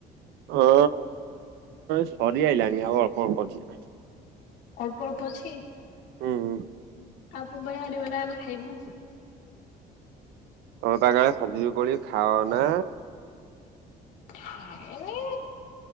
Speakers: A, on the right; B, on the left.
A: ଅ ସରି ଆଇଲାଣି ଆଉ ଅଳ୍ପ ଅଳ୍ପ ଅଛି।
B: ଅଳ୍ପ ଅଳ୍ପ ଅଛି?
A: ହୁଁ ହୁଁ।
B: ଆଉ ତୁମେ ଆଣିବ ନା ଆମେ ଖାଇବୁ।
A: ତମେ ପା କୁଆଡେ ଖଜୁରି କୋଳି ଖାଅ ନା?
B: ଖାଏନି